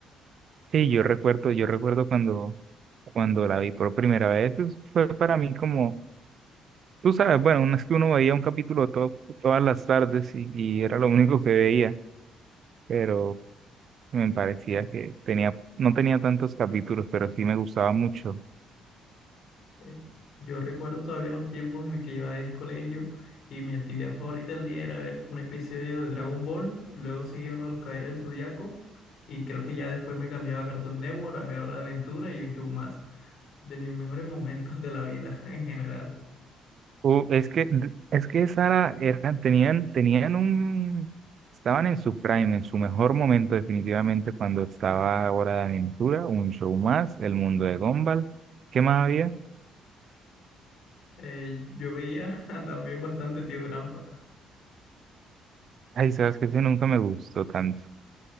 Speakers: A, on the right; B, on the left.
A: Sí, yo recuerdo, yo recuerdo cuando, cuando la vi por primera vez, pues, fue para mí como, tú sabes, bueno, una es que uno veía un capítulo to- todas las tardes y, y era lo único que veía, pero Me parecía que tenía, no tenía tantos capítulos, pero sí me gustaba mucho.
B: Eh, Yo recuerdo todavía los tiempos en el que llevaba el colegio y mi actividad favorita del día era ver un episodio de Dragon Ball, luego seguía uno de los Caballeros del Zodiaco y creo que ya después me cambiaba a Cartoon Network, a ver Hora de Aventura y un show más, de mis mejores momentos de la vida <laughs> en general.
A: Uh, es que, es que Sara eran, tenían, tenían un, estaban en su prime, en su mejor momento definitivamente cuando estaba Hora de Aventura, Un Show Más, El Mundo de Gumball. ¿Qué más había?
B: Eh, yo veía <laughs> también bastante Tío Grampa.
A: Ay, sabes que ese nunca me gustó tanto.